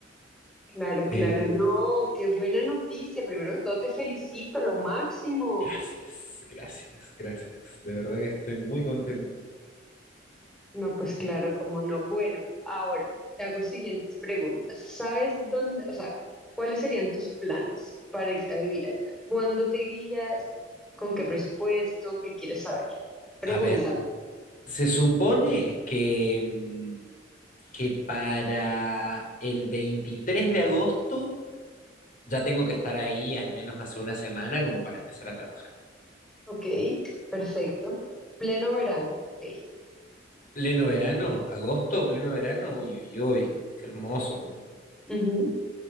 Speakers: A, in the centre; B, on the left (about 45°).
A: Claro,
B: Eh,
A: claro. No, qué buena noticia. Primero que todo, te felicito, lo máximo.
B: Gracias, gracias, gracias. De verdad que estoy muy contento.
A: No, pues claro, cómo no. Bueno, ahora te hago siguientes preguntas. ¿Sabes dónde, o sea, cuáles serían tus planes para irte a vivir allá? ¿Cuándo te irías? ¿Con qué presupuesto? ¿Qué quieres saber? Pregúntame.
B: A ver, se supone que, mm, que para el 23 de agosto ya tengo que estar ahí al menos hace una semana como para empezar a trabajar.
A: Ok, perfecto. Pleno verano. Ok.
B: Pleno verano, agosto, pleno verano, uy, uy, uy, qué hermoso.
A: Ujú. Ujú.